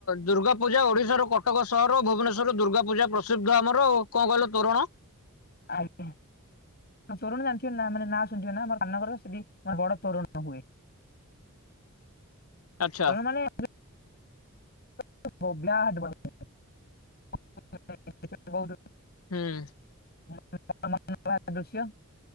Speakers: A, on the left (about 80°); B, on the left (about 45°).
A: ଦୁର୍ଗାପୂଜା ଓଡ଼ିଶାର କଟକ ସହର ଭୁବନେଶ୍ୱର ଦୁର୍ଗା ପୂଜା ପ୍ରସିଦ୍ଧ ଆମର ଆଉ। କଁ କହିଲ ତୋରଣ?
B: ଆଜ୍ଞା। ତରୋଣ ଜାଣିଥିବେ ନାଁ ମାନେ ନାଁ ଶୁଣିଥିବେ ନା ଆମର <unintelligible> ସେଠି ଆମର ବଡ ତରୋଣ ହୁଏ।
A: ଆଚ୍ଛା
B: ତୋରଣ ମାନେ <unintelligible>
A: ହୁଁ!
B: <unintelligible> ଦୃଶ୍ୟ।